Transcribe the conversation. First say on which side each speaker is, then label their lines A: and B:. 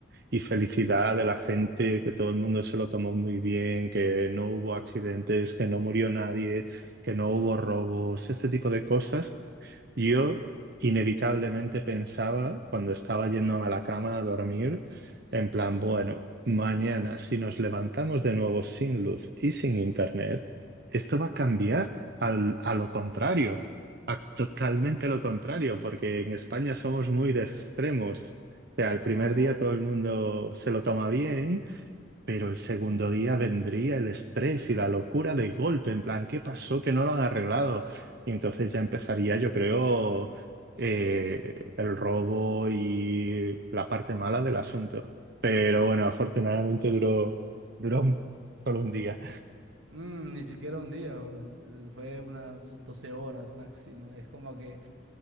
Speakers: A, on the right; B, on the right.
A: y felicidad de la gente, que todo el mundo se lo tomó muy bien, que no hubo accidentes, que no murió nadie, que no hubo robos, este tipo de cosas yo inevitablemente pensaba cuando estaba yéndome a la cama a dormir, en plan, bueno, mañana si nos levantamos de nuevo sin luz y sin internet, esto va a cambiar al- a lo contrario, a totalmente lo contrario, porque en España somos muy de extremos. O sea, el primer
B: Oh,
A: día todo el mundo se lo toma bien, pero el segundo día vendría el estrés y la locura de golpe, en plan, ¿qué pasó que no lo han arreglado? Y entonces ya empezaría, yo creo, eh, el robo y la parte mala del asunto. Pero bueno, afortunadamente duró, duró solo un día.
B: mm, ni siquiera un día, o- eh, fue unas 12 horas máximo. Es como que...